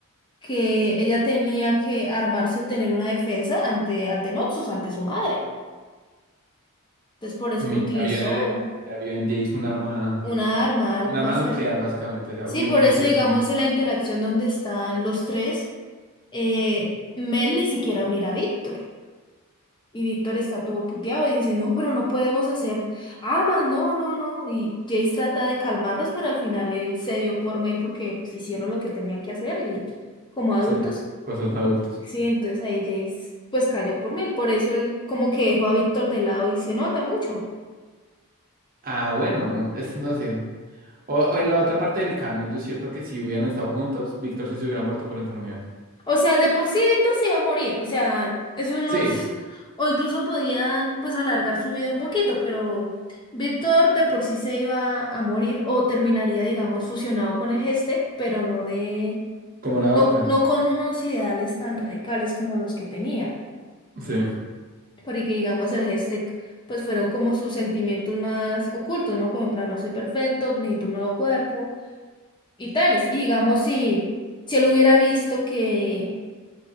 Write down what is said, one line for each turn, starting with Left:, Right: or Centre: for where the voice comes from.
Left: que ella tenía que armarse o tener una defensa ante, ante Noxus, ante su madre. Entonces por eso
Right: Mi-
Left: lo utilizó
Right: Ya vio en el, ya vio en Jace un arma
Left: una arma, algo
Right: Un arma
Left: para hacer.
Right: nuclear, básicamente. Ya
Left: Sí,
Right: vi
Left: por
Right: un
Left: eso,
Right: Hiroshima.
Left: digamos, en la interacción donde están los tres, eh, Mel ni siquiera mira a Víctor. Y Víctor está todo puteado y dice, no, pero no podemos hacer armas, no, no, no. Y Jace trata de calmarlos, pero al final él cedió por Mel porque pues hicieron lo que tenían que hacer y como adultos.
Right: sí, cosas de adultos.
Left: Y, sí, entonces ahí Jace pues cayó por Mel. Por eso él como que dejó a Víctor de lado y se nota mucho.
Right: Ah, bueno, es, no sé. O, o en la otra parte del canon, yo siento que si hubieran estado juntos, Víctor sí se hubiera muerto por enfermedad.
Left: O sea, de por sí Víctor se iba a morir. O sea, eso nos...
Right: Sí,
Left: O incluso podían, pues, alargar su vida un poquito, pero Víctor de por sí se iba a morir o terminaría, digamos, fusionado con el Gestec, pero no de...
Right: como la
Left: No,
Right: otra.
Left: no con unos ideales tan radicales como los que tenía.
Right: Sí,
Left: Porque, digamos, el Gestec, pues, fueron como sus sentimientos más ocultos, ¿no? Como en plan, no soy perfecto, necesito un nuevo cuerpo y tales. Y, digamos, si, si él hubiera visto que